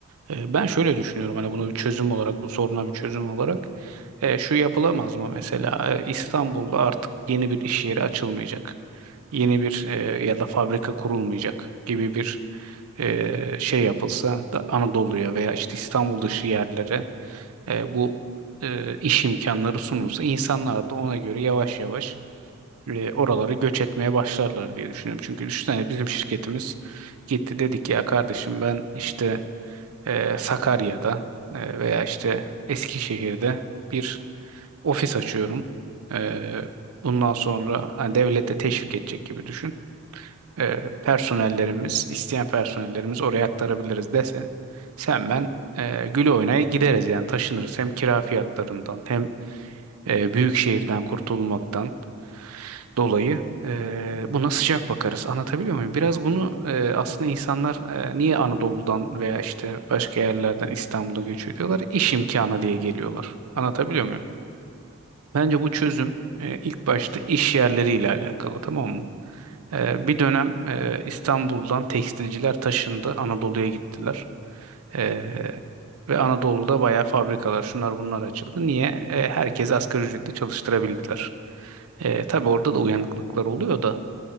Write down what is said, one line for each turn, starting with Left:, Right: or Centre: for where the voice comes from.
Right: E, ben şöyle düşünüyorum hani bunu bir çözüm olarak bu soruna bir çözüm olarak e, şu yapılamaz mı mesela E, İstanbul'da artık yeni bir iş yeri açılmayacak. Yeni bir e, ya da fabrika kurulmayacak gibi bir e, şey yapılsa da Anadolu'ya veya işte İstanbul dışı yerlere e, bu e, iş imkanları sunulsa insanlar da ona göre yavaş yavaş e, oraları göç etmeye başlarlar diye düşünüyorum. Çünkü düşünsene bizim şirketimiz gitti dedik ya kardeşim ben işte e, Sakarya'da e, veya işte Eskişehir'de bir ofis açıyorum. E, bundan sonra hani devlet de teşvik edecek gibi düşün. E, personellerimiz, isteyen personellerimiz oraya aktarabiliriz dese sen ben e, Gül oynaya gideriz yani taşınırız hem kira fiyatlarından hem e, büyük şehirden kurtulmaktan dolayı e, buna sıcak bakarız. Anlatabiliyor muyum? Biraz bunu e, aslında insanlar e, niye Anadolu'dan veya işte başka yerlerden İstanbul'a göç ediyorlar? İş imkanı diye geliyorlar. Anlatabiliyor muyum? Bence bu çözüm e, ilk başta
Left: Kesinlikle.
Right: iş yerleriyle alakalı tamam mı? E,
Left: Hı hı.
Right: bir dönem e, İstanbul'dan tekstilciler taşındı, Anadolu'ya gittiler. E, ve Anadolu'da bayağı fabrikalar şunlar bunlar açıldı. Niye? E, herkesi asgari ücretle çalıştırabildiler. E, tabii orada da uyanıklıklar oluyor da.